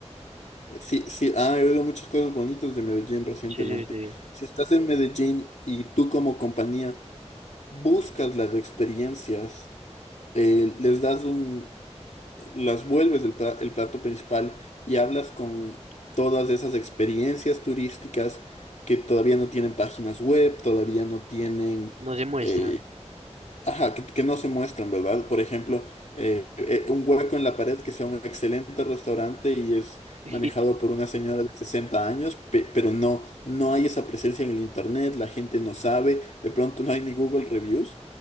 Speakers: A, on the left; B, on the right.
A: Eh, Sí, sí, ah, he oído muchas cosas bonitas de Medellín recientemente.
B: Sí, sí, sí.
A: Si estás en Medellín y tú como compañía buscas las experiencias, eh, les das un, las vuelves el, pla- el plato principal y hablas con todas esas experiencias turísticas que todavía no tienen páginas web, todavía no tienen
B: No se muestran.
A: eh, Ajá, que, que no se muestran, ¿verdad? Por ejemplo, eh, eh, un hueco en la pared que sea un excelente restaurante y es
B: <laughs>
A: manejado
B: Y,
A: por una señora de 60 años, pe- pero no, no hay esa presencia en el internet, la gente no sabe, de pronto no hay ni Google Reviews.